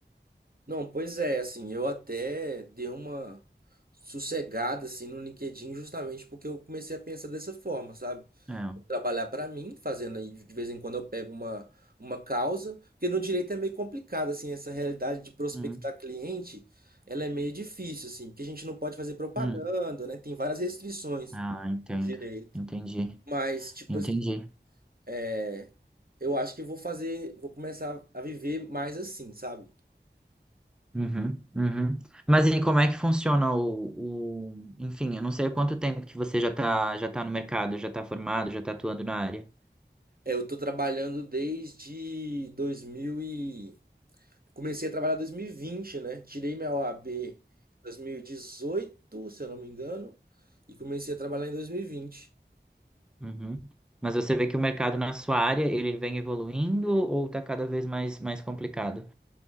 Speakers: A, on the right; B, in the centre.
A: Não, pois é, assim, eu até dei uma sossegada assim no LinkedIn justamente porque eu comecei a pensar dessa forma, sabe?
B: É.
A: Vou trabalhar para mim, fazendo aí de vez em quando eu pego uma uma causa, porque no direito é meio complicado assim, essa realidade de prospectar
B: Hum,
A: cliente, ela é meio difícil assim, porque a gente não pode fazer propaganda,
B: hum.
A: né? Tem várias restrições
B: Ah, entendo.
A: no direito.
B: Entendi.
A: Mas tipo
B: Entendi.
A: assim, é, eu acho que eu vou fazer, vou começar a viver mais assim, sabe?
B: Uhum, uhum. Mas e como é que funciona o, o... Enfim, eu não sei há quanto tempo que você já tá, já tá no mercado, já tá formado, já tá atuando na área.
A: É, eu tô trabalhando desde 2000 e... Comecei a trabalhar em 2020, né? Tirei minha OAB em 2018, se eu não me engano, e comecei a trabalhar em 2020.
B: Uhum. Mas você vê que o mercado na sua área, ele vem evoluindo ou tá cada vez mais, mais complicado?